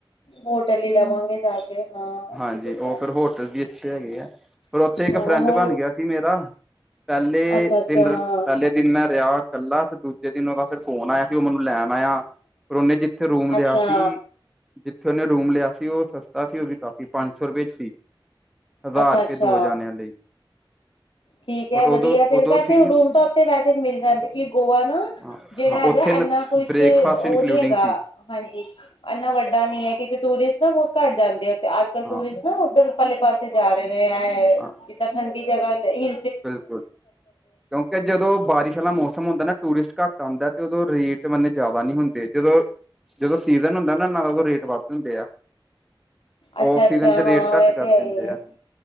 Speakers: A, on the left (about 70°); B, in the centre.
A: ਹੋਟਲ ਹੀ ਲਵਾਂਗੇ ਜਾ ਕੇ ਹਾਂ
B: ਹਾਂਜੀ
A: ਠੀਕ ਹੈ
B: ਉਹ ਫਿਰ ਹੋਟਲ ਵੀ ਅੱਛੇ ਹੈਗੇ ਆ ਫਿਰ ਉੱਥੇ ਇੱਕ
A: ਹਾਂ
B: ਫਰੈਂਡ
A: ਹੋਰ
B: ਬਣ ਗਿਆ ਸੀ ਮੇਰਾ ਪੈਲੇ
A: ਅੱਛਾ-ਅੱਛਾ,
B: ਡਿਨਰ ਪਹਿਲੇ ਦਿਨ ਮੈਂ ਰਿਹਾ ਇਕੱਲਾ ਫਿਰ ਦੂਜੇ ਦਿਨ ਉਹਦਾ ਫਿਰ ਫ਼ੋਨ ਆਇਆ ਸੀ ਉਹ ਮੈਨੂੰ ਲੈਣ ਆਇਆ ਫ ਉਹਨੇ ਜਿੱਥੇ ਰੂਮ ਲਿਆ
A: ਅੱਛਾ,
B: ਸੀ ਜਿੱਥੇ ਉਹਨੇ ਰੂਮ ਲਿਆ ਸੀ ਓ ਸਸਤਾ ਸੀ ਓ ਵੀ ਕਾਫੀ ਪੰਜ ਸੌ ਰੁਪਏ 'ਚ ਸੀ। ਹਜ਼ਾਰ
A: ਅੱਛਾ-ਅੱਛਾ
B: ਰੁਪਏ ਦੋ ਜਾਣਿਆਂ ਲਈ
A: ਠੀਕ ਹੈ
B: ਬਟ
A: ਵਧੀਆ
B: ਉਦੋਂ
A: ਫਿਰ
B: ਉਦੋਂ
A: ਵੈਸੇ
B: ਸੀ
A: ਰੂਮ ਤਾਂ ਉੱਥੇ ਵੈਸੇ ਮਿਲ ਜਾਂਦੇ ਕਿ ਗੋਆ ਨਾ
B: ਹਾਂ
A: ਜੇੜਾ ਹੈਗਾ
B: ਉੱਥੇ
A: ਇੰਨਾ ਕੁਝ
B: ਬ੍ਰੇਕਫਾਸਟ
A: ਓ
B: ਇਨਕਲੂਡਿੰਗ
A: ਨਈ ਹੈਗਾ।
B: ਸੀ
A: ਹਾਂਜੀ ਇੰਨਾ ਵੱਡਾ ਨੀ ਹੈ ਕਿਉਂਕਿ ਟੂਰਿਸਟ ਨਾ ਬੋਤ ਘੱਟ ਜਾਂਦੇ ਅੱਜ ਕੱਲ੍ਹ
B: ਹਾਂ
A: ਟੂਰਿਸਟ ਨਾ ਉੱਧਰ ਪਰਲੇ ਪਾਸੇ ਜਾ ਰਏ ਨੇ ਐ
B: ਹਾਂ
A: ਜਿੱਦਾਂ ਠੰਡੀ ਜਗ੍ਹਾ ਲਈ
B: ਬਿਲਕੁਲ ਕਿਉਂਕਿ ਜਦੋਂ ਬਾਰਿਸ਼ ਆਲਾ ਮੌਸਮ ਮੌਸਮ ਹੁੰਦਾ ਨਾ ਟੂਰਿਸਟ ਘੱਟ ਆਉਂਦਾ ਤੇ ਉਦੋਂ ਰੇਟ ਮਤਨੇ ਜਾਦਾ ਨਈ ਹੁੰਦੇ ਜਦੋਂ-ਜਦੋਂ ਸੀਜ਼ਨ ਹੁੰਦਾ ਨਾ ਨਾਲ ਉ ਰੇਟ ਵੱਧ ਹੁੰਦੇ ਆ
A: ਅੱਛਾ
B: ਔਫ
A: ਅੱਛਾ
B: ਸੀਜਨ 'ਚ
A: ਹਾਂ
B: ਰੇਟ ਘੱਟ
A: ਇਹ ਤੇ
B: ਕਰ
A: ਹੈ
B: ਦਿੰਦੇ
A: ਹੀ ਹੈ
B: ਆ।